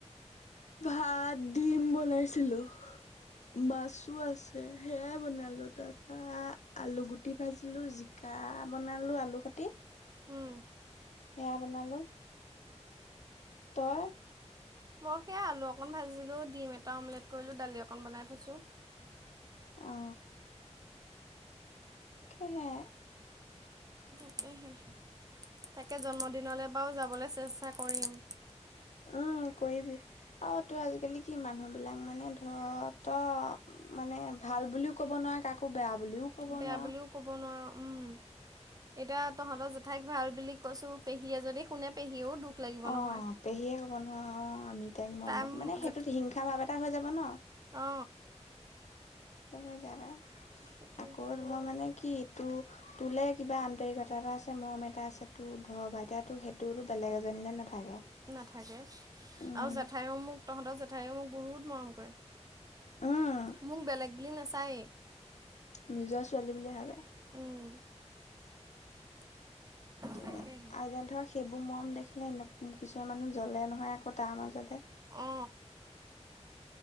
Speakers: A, on the left; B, on the right.
A: ভাত দিম বলাইছিলো। মাছো আছে, সেয়াই বনালো তাৰপা আলু গুটি ভাজিলো। কাহ বনালোঁ আলু কাতি
B: উম
A: সেয়া বনালোঁ তই?
B: মই সেইয়া আলু অকণ ভাজিলোঁ, ডিম এটা অমলেট কৰিলোঁ, দালি অকণ বনাই থৈছোঁ।
A: অ কিহে?
B: তাকেহে, তাকে জন্মদিনলৈ বাৰু যাবলৈ চেষ্টা কৰিম।
A: উম কৰিবি। আৰু তোৰ আজিকালি কি মানুহ বিলাক মানে ধৰ তো মানে ভাল বুলিও ক'ব নোৱাৰা কাকো বেয়া বুলিও ক'ব নোৱাৰা।
B: বেয়া বুলিও ক'ব নোৱাৰ উম। এতিয়া তহঁতৰ জেঠাইক ভাল বুলি কৈছো, পেহীয়ে যদি শুনে পেহীও দুখ লাগিব
A: অ
B: নহয়।
A: পেহীয়ে ক'ব নহয় অ আমি তাইক মৰম
B: তাই
A: নকৰোঁ, মানে সেইটোত হিংসা ভাৱ এটা হৈ যাব ন?
B: অ।
A: টো হৈ যায় পাই
B: সেইটোৱে
A: আকৌ ধৰ মানে কি টো তোলে কিবা আন্তৰিকতা এটা আছে মৰম এটা আছে তোৰ ধ বা এতিয়াতো সেইটোতো বেলেগ এজনীলে নাথাকে।
B: নাথাকে আৰু
A: উম
B: জেঠায়ো মোক তহঁতৰ জেঠাইো মোক বহুত মৰম কৰে।
A: উম
B: মোক বেলেগ বুলি নেচায়ে
A: নিজৰ ছোৱালী বুলি ভাবে।
B: উম।
A: সেটোৱে
B: তাকেহে।
A: আ এতিয়া ধৰ সেইবোৰ মৰম দেখিলে এনোক কিছুমান মানুহ জ্বলে নহয় আকৌ তাৰ মাজতে
B: অ।